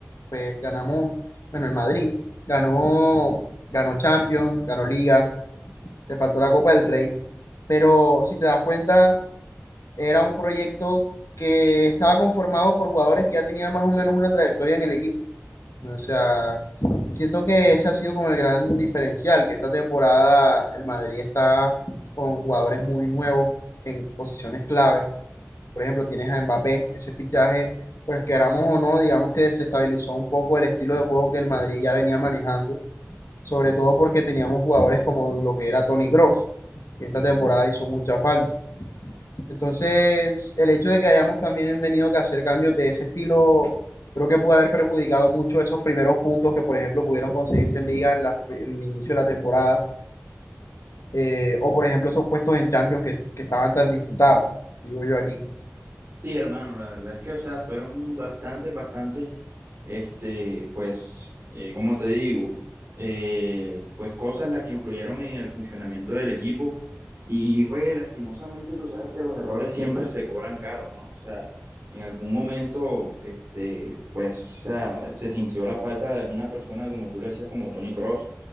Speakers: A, on the left; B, on the right.
A: pues ganamos, bueno, el Madrid ganó, ganó Champions, ganó Liga, le faltó la Copa del Rey, pero si te das cuenta Era un proyecto que estaba conformado por jugadores que ya tenían más o menos una trayectoria en el equipo. O sea, siento que ese ha sido como el gran diferencial, que esta temporada el Madrid está con jugadores muy nuevos en posiciones clave. Por ejemplo, tienes a Mbappé, ese fichaje, pues queramos o no, digamos que desestabilizó un poco el estilo de juego que el Madrid ya venía manejando, sobre todo porque teníamos jugadores como lo que era Toni Kroos, que esta temporada hizo mucha falta. Entonces, el hecho de que hayamos también tenido que hacer cambios de ese estilo, creo que pudo haber perjudicado mucho esos primeros puntos que, por ejemplo, pudieron conseguirse en Liga en, la- en el inicio de la temporada, eh, o por ejemplo, esos puestos en Champions que, que estaban tan disputados, digo yo aquí.
B: Sí, hermano, la verdad es que, o sea, fueron bastantes, bastantes, este, pues, eh, como te digo, eh, pues cosas las que influyeron en el funcionamiento del equipo. Y, pues, lastimosamente, tú sabes que los errores siempre se cobran caros, ¿no? O sea, en algún momento, este, pues, o sea, se sintió la falta de una persona, como tú lo decías, como Tony Cross,